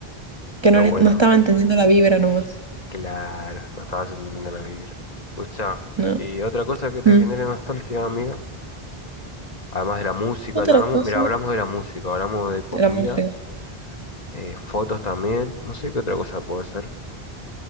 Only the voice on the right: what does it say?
que
no, le-
no estaba entendiendo la vibra nomás,
¿no?
Mm.
Otra
cosa.
De la música.